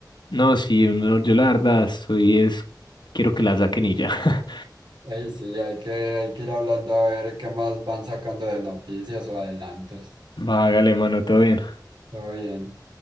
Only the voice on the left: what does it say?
No, sí, uno- yo la verdad estoy es, quiero que la saquen y ya.
<laughs> Vágale, mano, todo bien.